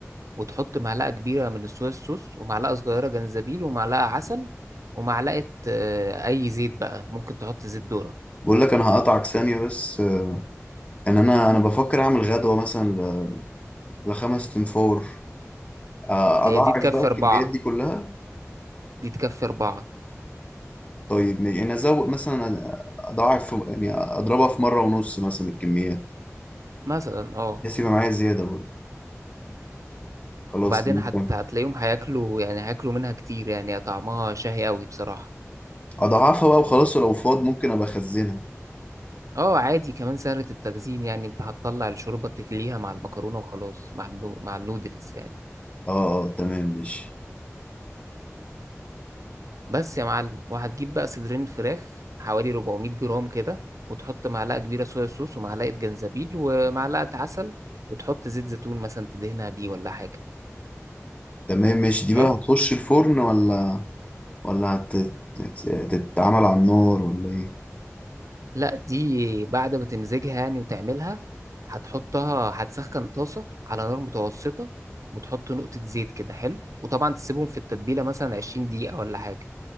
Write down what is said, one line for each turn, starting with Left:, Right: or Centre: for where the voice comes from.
Right: وتحط معلقة كبيرة من الصويا صوص ومعلقة صغيرة جنزبيل ومعلقة عسل ومعلقة آه، أي زيت بقى ممكن تحط زيت ذرة
Left: بقول لك انا هقطعك ثانية بس آه، ان انا انا بفكر اعمل غدوة مثلا ل- لخمس تنفور آه،
Right: هي
Left: اضاعف
Right: دي تكفي
Left: بقى
Right: أربعة
Left: الكميات دي كلها
Right: دي تكفي أربعة
Left: طيب ماشي يعني ازود مثلا اضاعف في- يعني اضربها في مره ونص مثلا الكميات
Right: مثلا اه
Left: بحيث يبقى معايا زياده برضه خلاص
Right: وبعدين
Left: ممكن
Right: هت... هتلاقيهم هياكلوا يعني هياكلوا منها كتير يعني طعمها شهي قوي بصراحة
Left: اضاعفها بقى وخلاص ولو فاض ممكن ابقى اخزنها
Right: اه عادي كمان سهلة التخزين يعني انت هتطلع الشوربة تغليها مع المكرونة وخلاص مع النو... مع النودلز يعني
Left: اه اه تمام ماشي
Right: بس يا معلم وهتجيب بقى صدرين الفراخ حوالي 400 جرام كده وتحط معلقة كبيرة صويا صوص ومعلقة جنزبيل ومعلقة عسل وتحط زيت زيتون مثلا تدهنها بيه ولا حاجة
Left: تمام ماشي دي
Right: حلو
Left: بقى هتخش الفرن ولا ولا هت- هت- هتتعمل على النار ولا ايه
Right: لا دي بعد ما تمزجها يعني وتعملها هتحطها هتسخن طاسة على نار متوسطة وتحط نقطة زيت كده حلو وطبعا تسيبهم في التتبيلة مثلا 20 دقيقة ولا حاجة